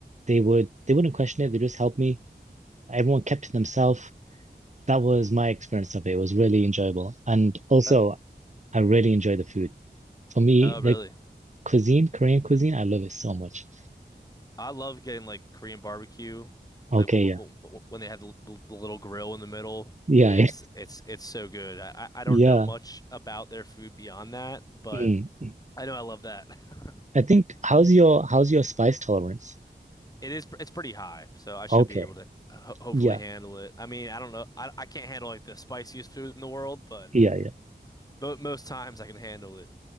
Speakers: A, on the right; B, on the left.
A: they would they wouldn't question it. They just helped me. Everyone kept to themselves. That was my experience of it. It was really enjoyable. And also,
B: That,
A: I really enjoy the food. For me,
B: oh,
A: the
B: really?
A: cuisine, Korean cuisine, I love it so much.
B: I love getting like Korean barbecue,
A: Okay,
B: like w
A: yeah.
B: w w when they have the, the, the little grill in the middle.
A: Yeah,
B: It's it's it's so good. I I I don't
A: <laughs> yeah.
B: know much about their food beyond that, but
A: Mm.
B: I know I love that. <laughs>
A: I think how's your how's your spice tolerance?
B: It is it's pretty high, so I should
A: Okay.
B: be able to ho hopefully
A: Yeah.
B: handle it. I mean, I don't know. I I can't handle like the spiciest food in the world, but
A: Yeah, yeah.
B: but most times I can handle it.